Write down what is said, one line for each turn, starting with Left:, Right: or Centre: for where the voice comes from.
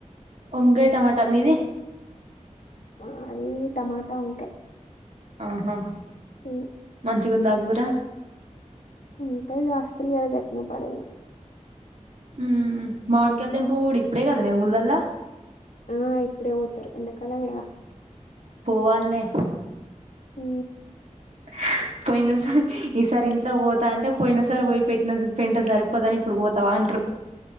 Right: వంకాయ టమాటా మీది
Left: మా అన్ని టమాటా వంకాయ్
Right: ఆహా
Left: ఉ
Right: తిగుందా కూర
Left: ఉంటయ్ గాస్తుల్ కదా గట్లనే పడయ్
Right: ఊ మాడికల్ దెంపుడు కూడ ఇప్పుడే కదనే ఊళ్ళలా
Left: ఆ ఇప్పుడే పోతారు ఎండాకాలమేగా
Right: పోవాల్నే
Left: ఊ
Right: <inaudible> పోయిన సర ఈసారి ఇంట్లో పోతా అంటే పోయిన సారి పోయి పెట్టిన పెంట సరిపోదని ఇప్పుడు పోతావా అంట్రూ <inaudible>